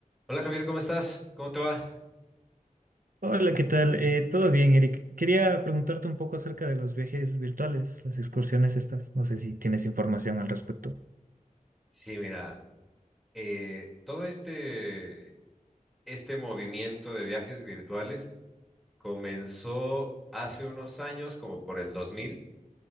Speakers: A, in the centre; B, on the right.
A: Hola Javier, ¿cómo estás? ¿Cómo te va?
B: Hola, ¿qué tal? Eh, todo bien, Eric. Quería preguntarte un poco acerca de los viajes virtuales, las excursiones estas. No sé si tienes información al respecto.
A: Sí, mira, eh, todo este, este movimiento de viajes virtuales comenzó hace unos años, como por el 2000,